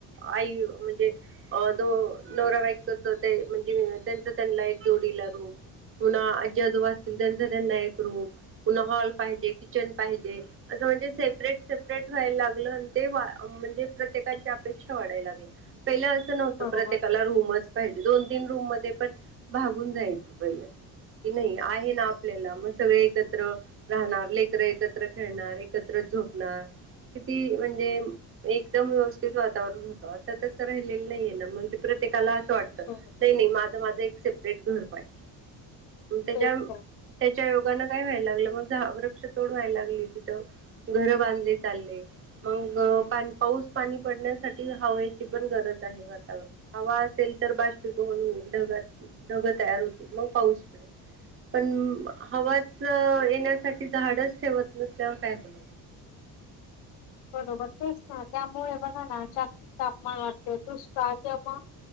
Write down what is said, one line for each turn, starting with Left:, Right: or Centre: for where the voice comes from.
Right: आई म्हणजे जो नवरा बाईकच हो म्हणजे त्यांच त्यांना एक! जोडीला रूम पुन्हा आजी आजोबा असतील त्यांचा त्यांना एक रूम पुन्हा हॉल पाहिजे किचन पाहिजे असं म्हणजे सेपरेट सेपरेट राहिला लागलं ते म्हणजे प्रत्येकच्या अपेक्षा वाढायला लागल्या. पहिलं असं नव्हतं
Left: बरोबर
Right: प्रत्येकाला रूमच पाहिजे दोन तीन रूम ते पण भागून जायचं पहिल अस की नाही आहे ना आपल्याला मग सगळे एकत्र राहणार लेकरं एकत्र, एकत्र खेळणार एकत्र झोपणार. किती म्हणजे एकदम व्यवस्थित वातावरण होतं आता तसं राहिलेलं नाहीये ना! प्र त्येकाला असं वाटत
Left: बरोबर
Right: नाही नाही माझं माझं एक सेपरेट घर पाहिजे. त्याच्या
Left: तेच तर
Right: त्याच्या योगान काय व्हायला लागलं मग वृक्ष तोड व्हायला लागली तिथं घर बांधले चालले, मग पाऊस पाणी पडण्यासाठी हवची पण गरज वातावरण हवा असेल तर बाष्पी बवन होईल ढग ढग तयार होतील मग पाऊस पडेल, पण हवाच येण्यासाठी झाडच ठेवत नसल्यावर काय होणार
Left: बरोबर ते अस ना त्यामुळे बघा ना जास्त तापमान वाटतत का ते पण